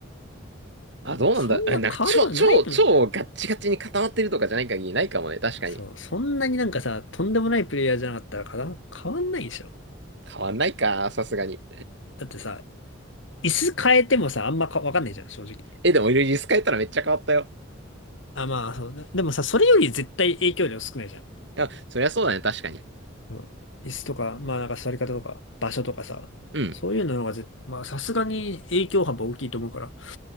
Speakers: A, on the right; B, on the left.
A: あ、どうなんだ。
B: そんな変わることないのに。
A: え、なんか超、超、超ガッチガチに固まってるとかじゃない限りないかもね、確かに。
B: そう、そんなになんかさ、とんでもないプレイヤーじゃなかったらかな変わんないでしょ。
A: 変わんないか、さすがに。
B: だってさ、椅子変えてもさ、あんまかわかんないじゃん、正直。
A: え、でも、リス変えたらめっちゃ変わったよ。
B: あ、まあ、そう。ででもさ、それより絶対影響量少ないじゃん。
A: いや、そりゃそうだね、確かに。
B: うん椅子とか、まあなんか座り方とか、場所とかさ、
A: うん。
B: そういうのが絶まあさすがに影響幅大きいと思うから、